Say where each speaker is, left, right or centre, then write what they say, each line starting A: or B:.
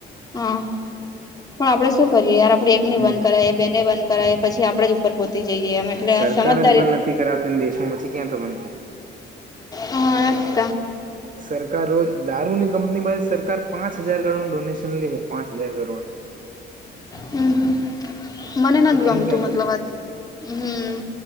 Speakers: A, on the left (about 20°); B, on the right (about 40°).
A: અં પણ આપણે શું કરીએ યાર આપણે એકને
B: હમ
A: બંધ કરાય બે ને બંધ કરાય પછી આપડે પર પોતી જઈએ એમ એટલે
B: સરકાર
A: સમજદારી
B: જ બંધ નથી કરાવતી દેશમાં પછી ક્યાં તો બંધ થાય.
A: હ એ
B: સરકાર રોજ દારૂની કંપનીમાં સરકાર પાંચ હજાર કરોડ ડોનેશન લે પાંચ હજાર કરોડ
A: હમ હમ મને નથી,
B: પછી બંધ
A: ગમતું
B: ક્યાંથી
A: મતલબ
B: થાય
A: આ હમ